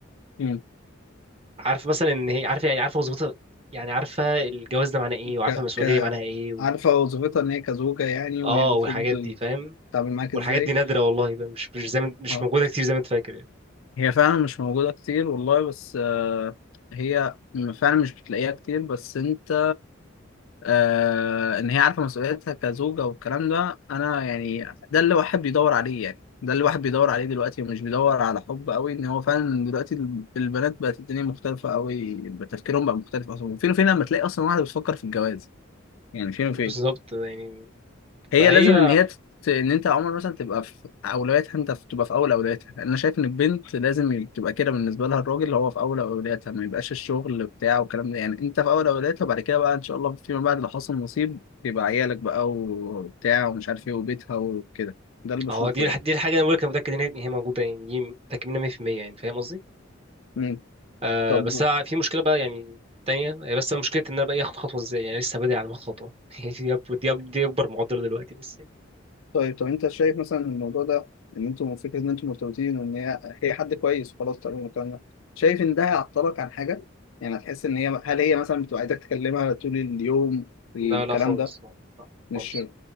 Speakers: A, on the left; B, on the right.
A: مم.
B: عارفه مثلا ان هي عارفه يعني عارفه وظيفتها يعني عارفه الجواز ده معناه ايه وعارفه
A: ك...
B: المسؤوليه
A: ك...
B: معناها ايه و...
A: عارفة وظيفتها ان هي كزوجة يعني وهي
B: اه
A: المفروض
B: والحاجات دي فاهم
A: تتعامل معاك
B: والحاجات
A: ازاي
B: دي نادره والله بقى مش مش زي ما مش
A: اه
B: موجوده كتير زي ما انت فاكر يعني
A: هي فعلا مش موجودة كتير والله بس آه، هي فعلا مش بتلاقيها كتير بس انت آه ان هي عارفه مسؤوليتها كزوجه والكلام ده انا يعني ده اللي الواحد بيدور عليه يعني ده اللي الواحد بيدور عليه دلوقتي ومش بيدور على حب قوي ان هو فعلا دلوقتي ال- البنات بقت الدنيا مختلفه قوي تفكيرهم بقى مختلف اصلا وفين وفين لما تلاقي اصلا واحده بتفكر في الجواز يعني فين وفين
B: بالظبط يعني
A: هي
B: فهي
A: لازم ان هي تت... ان انت يا عمر مثلا تبقى في اولوياتها انت في- تبقى في اول اولوياتها انا شايف ان البنت لازم ي- تبقى كده بالنسبه لها الراجل اللي هو في اول اولوياتها ما يبقاش الشغل بتاعه والكلام ده يعني انت في اول اولوياتها وبعد كده بقى ان شاء الله فيما بعد لو حصل نصيب يبقى عيالك بقى وبتاع ومش عارف ايه وبيتها وكده ده اللي بشوفه
B: اه دي الح-
A: يعني
B: دي الحاجه انا بقولك انا متاكد ان هي إن هي موجوده يعني دي متاكد منها 100% يعني فاهم قصدي
A: مم.
B: آه
A: طب
B: بس أنا في مشكله بقى يعني تانية هي بس مشكلة إن أنا بقى إيه آخد خطوة إزاي يعني لسه بادئ على ما آخد خطوة <laughs> هي دي أكبر دي أكبر دي أكبر معضلة دلوقتي بس يعني.
A: طيب طب انت شايف مثلا الموضوع ده ان انتوا فكره ان انتوا مرتبطين وان هي هي حد كويس وخلاص تقريبا الكلام ده شايف ان ده هيعطلك عن حاجه يعني هتحس ان هي هل هي مثلا بتبقى عايزاك تكلمها طول اليوم الكلام
B: لا لا خالص
A: ده
B: لا لا
A: مش
B: خالص